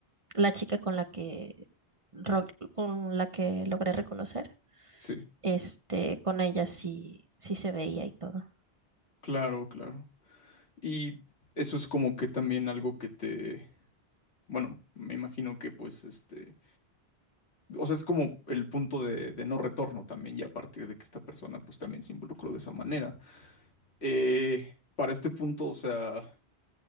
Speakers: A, on the right (about 35°); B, on the left (about 85°).
A: la chica con la que ro- con la que logré reconocer,
B: Sí,
A: este, con ella sí, sí se veía y todo.
B: claro, claro. Y eso es como que también algo que te, bueno, me imagino que pues este O sea, es como el punto de, de no retorno también, y a partir de que esta persona pues también se involucró de esa manera. Eh, para este punto, o sea,